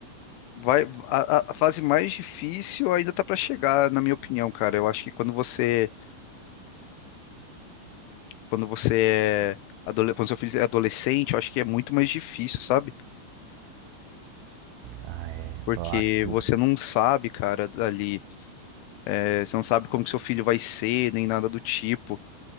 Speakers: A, on the left (about 80°); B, on the right (about 85°).
A: vai, a, a- a fase mais difícil ainda tá pra chegar, na minha opinião, cara. Eu acho que quando você, quando você é, adole- quando seu filho é adolescente, eu acho que é muito mais difícil, sabe?
B: Ah, é.
A: Porque
B: Eu acho que,
A: você não sabe, cara, ali. É, Você não sabe como que seu filho vai ser, nem nada do tipo.